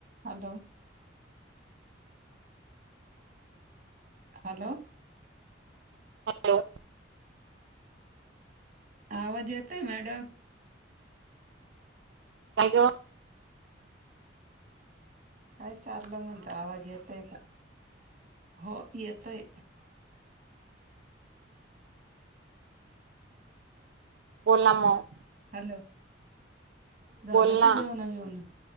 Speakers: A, on the right (about 40°); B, on the right (about 65°).
A: Hello hello
B: hello
A: आवाज येतय madam
B: काय तो
A: काय चाललं म्हणत आवाज येतोय का हो येतोय
B: बोलला मग
A: हॅलो झालं
B: बोल
A: का
B: ना
A: जेवण जेवण